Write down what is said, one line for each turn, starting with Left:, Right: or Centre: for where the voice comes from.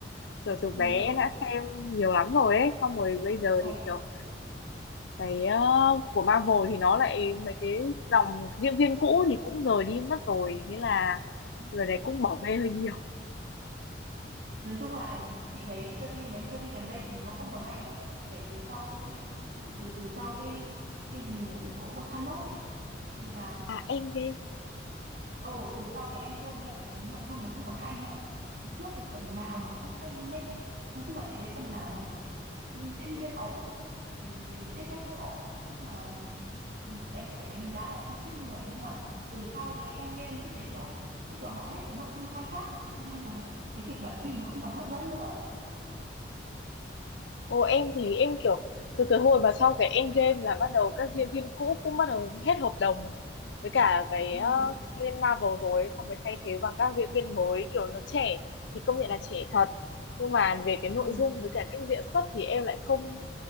Left: kiểu từ bé
Right: ừ
Left: em đã xem nhiều lắm rồi ấy xong rồi bây giờ
Right: ừ.
Left: thì kiểu cái ờ, của Marvel thì nó lại mấy cái dòng diễn viên cũ thì cũng rời đi mất rồi thế là
Right: Ừ.
Left: rồi này cũng bỏ bê hơi nhiều
Right: Nói chung là chị thấy series mấy series gần đây thì nó không còn hay nữa kể từ sau cái phi cái, từ, từ từ sau cái cái gì mà của có có Thanos ấy thì là
Left: à Endgame
Right: ừ từ sau cái Endgame ấy là chị thấy nội dung nó không còn hay nữa. Chứ trước thì phần nào nó cũng hay luôn đấy. Nói chung là chị thấy phần nào nó cũng diễn viên ổn, ừm, tình tiết các thứ ổn. Nói chung là ừm, đánh phải đánh giá là chín trên mười nhưng mà từ sau cái Endgame chị thấy kiểu như kiểu họ hết cái nội dung khai thác rồi cho nên là cái kịch bản phim nó không còn hấp dẫn nữa ấy.
Left: Ồ, em thì em kiểu từ cái hồi mà sau cái Endgame là bắt đầu các diễn viên cũ cũng bắt đầu hết hợp đồng với cả cái
Right: ừ
Left: ờ, bên Marvel rồi ấy, xong mới thay thế bằng các diễn viên mới kiểu nó trẻ thì công nhận là trẻ thật nhưng mà về cái nội
Right: Ừ,
Left: dung với cả cách diễn xuất thì em lại không